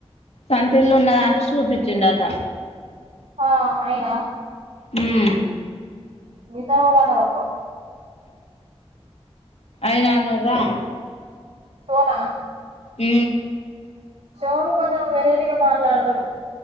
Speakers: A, on the left; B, on the right.
A: సొంతిల్లు ఉన్నదా అంట సూపిచిండట
B: ఆ అయినా
A: మ్
B: మిగితా వాళ్ళవి గనుక్కో
A: ఐదు అన్నారు రా
B: సోనా
A: మ్
B: షోను కొంచం వెరైటీగా మాట్లాడుతడు